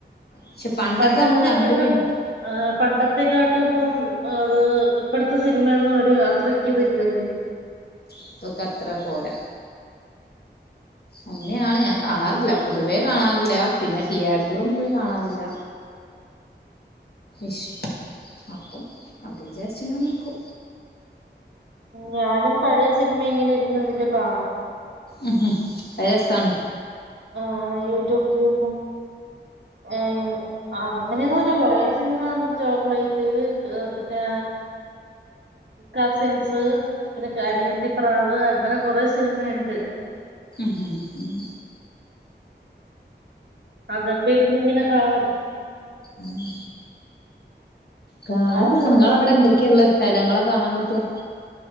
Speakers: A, on the left; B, on the right.
A: പക്ഷെ
B: പണ്ടത്തെ
A: നമ്മള് കണ്ട്
B: കാട്ടും
A: കഴി
B: ആ പണ്ട ത്തെക്കാട്ടും ഇപ്പം അത് ഇപ്പഴത്തെ സിനിമയന്നും ഒരു അയാത്രക്ക് ഇതില്ലല്ലേ
A: ഇപ്പൊക്കത്ര പോരാ അങ്ങനെയാണ് ഞാൻ കാണാറ്ല്ല പൊതുവേ കാണാറില്ല പിന്നെ തിയേറ്ററിലൊന്നും പോയി കാണാറ്ല്ല ഇഷ്ടം അപ്പം അത് വിചാരിച്ച ങ്ങനെ നിക്കൂ
B: ഞാനും പഴയ സിനിമ ഇങ്ങനെ ഇരുന്നിതില് കാണും
A: ഉംഉം അയ് സാണ്
B: ആ യൂട്യൂബില്ട്ണെ ഏ അങ്ങനെയൊന്നുല്ല കൊറേ സിനിമ കാണും ചോക്ലേറ്റ് പിന്നെ കസിൻസ് പിന്നെ ഖനിയത്തിപ്രാവ് ങ്ങനെ കൊറെ സിനിമയൊണ്ട്
A: ഉംഉംഉംഉം
B: അതൊക്കെ ഇരുന്ന് ഇങ്ങനെ കാണും
A: ഉ കാണാൻ
B: ആ
A: രസ്സാണ്
B: സിനിമയൊക്കെ
A: ഇങ്ങളവിടെ
B: കാണും
A: എന്തൊക്കെയൊള്ളെ സ്ഥലങ്ങളൊ കാണാൻ പറ്റിയ